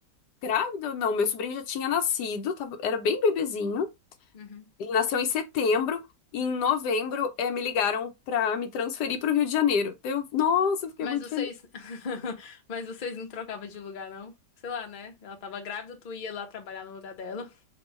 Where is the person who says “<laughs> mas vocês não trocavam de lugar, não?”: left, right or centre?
Left